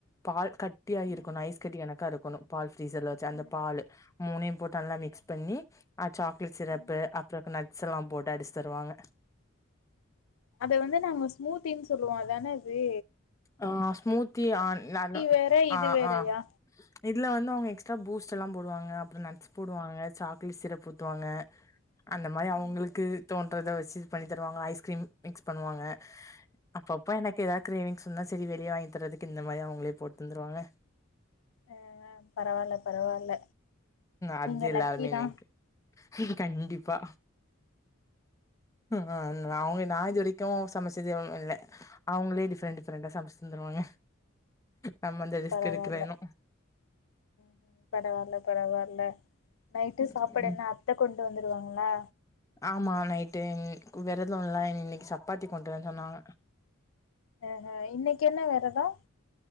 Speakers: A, on the left; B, on the left.
A: பால் கட்டியா
B: ம்
A: இருக்கணு ஐஸ் கட்டி கணக்கா இருக்கணு பால் ஃப்ரீசர்ல வச்ச அந்த
B: ம்ஹும்
A: பாலு மூணயு போட்டு நல்லா மிக்ஸ் பண்ணி அ சாக்லேட் சிரப்பு
B: ம்
A: அப்றோ க நட்ஸ் எல்லா போட்டு அடிச் தருவாங்க
B: அத வந்து நாங்க ஸ்மூத்தின் சொல்லுவோ அதான இது
A: ஆ ஸ்மூத்தி ஆனாலு
B: வேற இது
A: ஆ
B: வேறயா
A: ஆ இதுல வந்து அவுங்க எக்ஸ்ட்ரா பூஸ்ட் எல்லா போடுவாங்க அப்பறோ நட்ஸ் போடுவாங்க சாக் லேட் சிரப் ஊத்துவாங்க அந்த மாரி அவுங்களுக்கு
B: ம்
A: தோன்றத வச்சு பண்ணி தருவாங்க ஐஸ்கிரீம் மிக்ஸ் பண்ணுவாங்க அப்பப்ப எனக் எதா க்ரேவிங் சொன்னா செரி வெளிய வாங்கி தரதுக்கு இந்த மாரி அவுங்ளே போட் தந்துருவாங்க
B: ஆ பரவால்ல பரவால்ல
A: அது
B: நீங்க
A: எல்லார்மே
B: லக்கி தா
A: எனக்கு கண்டிப்பா ம் ஆ அவுங் நா இது வரைக்கு சமச்சது ம் இல்ல அவுங்ளே டிஃப்ரெண்ட் டிஃப்ரெண்டா சமச் தந்துருவாங்க நம்ம அந்த ரிஸ்க்
B: பரவால்ல
A: எடுக்கல இன்னு
B: <inaudible> பரவால்ல பரவால்ல நைட்டு
A: இன்னு
B: சாப்பாடு என்ன அத்த கொண்டு வந்துருவாங்ளா
A: ஆமா நைட்டு ம் வெரதோல்ல இன்னைக்கு சப்பாத்தி கொண்டு வரன் சொன்னாங்க
B: ஆ ஆ இன்னைக் என்ன வெரதோ